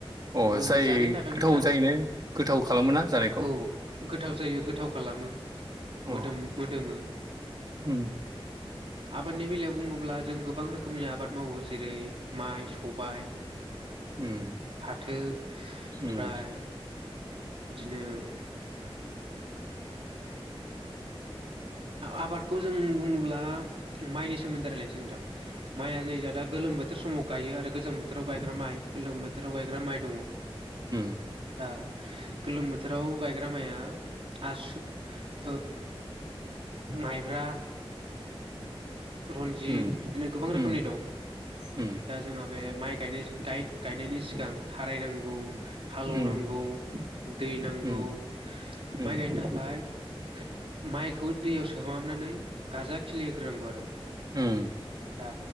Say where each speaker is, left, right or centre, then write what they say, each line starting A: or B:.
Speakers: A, on the right (about 45°); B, on the right (about 70°).
A: अ
B: बेबो
A: जाय
B: जानायनि थाखाय
A: गोथाव
B: मोजां
A: जायोने गोथाव खालामो ना जानाय
B: औ गोथाव जायो गोथाव खालामो मोदोम
A: अ
B: मोदोमो
A: उम
B: आबादनि बेलायाव बुङोब्ला जों गोबां रोखोमनि आबाद मावो जेरै माइ सबाय
A: उम
B: फाथो
A: उम
B: ओमफ्राय बिदिनो आबादखौ जों बुङोब्ला माइनि सोमोन्दै रायलायनोसै नोंथां माइआ नै जा दा गोलोम बोथोर समाव गायो आरो गोजां बोथोराव गायग्रा माइ गोलोम बोथोराव गायग्रा माइ दङ
A: उम
B: दा गोलोम बोथोराव गायग्रा माइआ आसु ओ माइब्रा रनजित
A: उम
B: बिदिनो गोबां
A: उम
B: रोखोमनि दं
A: उम
B: दा जोंहा बे माइ- गायनाय गाय गायनायनि सिगां थारायनांगौ हालौवनांगौ
A: उम
B: दै नांगौ
A: उम उम
B: माइ गायनो थाखाय खो माइखौ दैयाव सोमहाबनानै गाजा खिलि होग्रोनांगौ आरो
A: उम
B: दा